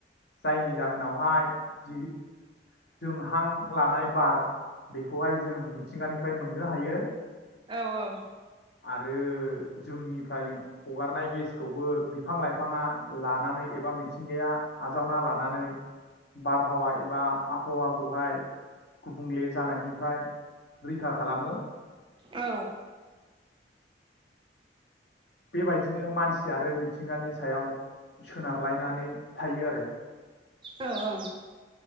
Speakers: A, on the left (about 65°); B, on the right (about 30°).
A: जायनि जाहोनावहाय जि जों हां लानाय बार बेखौहाय जों मिथिंगानिफ्राय मोननो हायो।
B: औ
A: आरो जोंनिफ्राय हगारनाय गेसखौबो बिफां लाइफाङा। लानानै एबा मिथिंगाया। आजावना लानानै। बारहावा एबा। हवाखौहाय गुबुंले जानायनि। फ्राय रैखा। खालामो।
B: औ।
A: बेबायदिनो मानसि आरो मिथिंगानि सायाव सोनारलायनानै थायो आरो।
B: औ औ